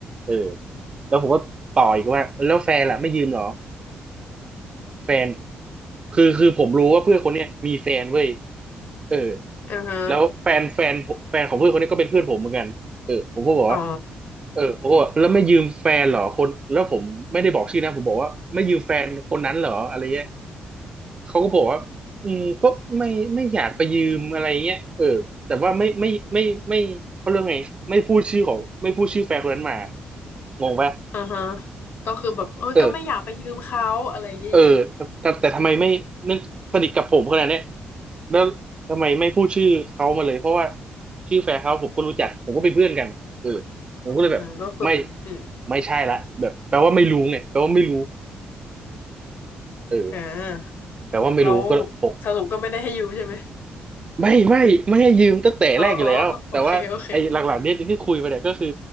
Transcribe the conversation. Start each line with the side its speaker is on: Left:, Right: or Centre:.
Right: เออแล้วผมก็ต่ออีกว่าแล้วแฟนล่ะไม่ยืมเหรอแฟนคือคือผมรู้ว่าเพื่อนคนเนี้ยมีแฟนเว้ยเออ
Left: <laughs> อือฮะ
Right: แล้วแฟนแฟนผมแฟนของเพื่อนคนนี้ก็เป็นเพื่อนผมเหมือนกันเออผมก็บอกว่า
Left: อ๋อ
Right: เออผมก็บอกแล้วไม่ยืมแฟนเหรอคนแล้วผมไม่ได้บอกชื่อนะผมบอกว่าไม่ยืมแฟนคนนั้นเหรออะไรเงี้ย เขาก็บอกว่าอืมก็ไม่ไม่อยากไปยืมอะไรเงี้ยเออแต่ว่าไม่ไม่ไม่ไม่เขาเรื่องไงไม่พูดชื่อของไม่พูดชื่อแฟนคนนั้นมางงปะ
Left: อือฮะก็คือแบบเออก็ไม่อยากไปยืมเขาอะไรอย่างงี้
Right: เออเออแต่แต่แต่ทำไมไม่เนื่องสนิทกับผมขนาดเนี้ยแล้วทำไมไม่พูดชื่อเขามาเลยเพราะว่าชื่อแฟนเขาผมก็รู้จักผมก็เป็นเพื่อนกันเออผมก็เลยแบบไม่
Left: อ่าก็คืออืม
Right: ไม่ใช่ละแบบแปลว่าไม่รู้ไงแปลว่าไม่รู้เออ
Left: อ่า
Right: แปลว่าไม่รู้ก็โอ้
Left: แล้วสรุปก็ไม่ได้ให้ยืมใช่ไหม
Right: ไม่ไม่ไม่ให้ยืมตั้งแต่แรกอยู่แล้วแต่ว่าไอ้หลังๆเนี่ยที่คุยมาเนี่ยก็คือ
Left: อ๋ออ๋อโอเคโอเค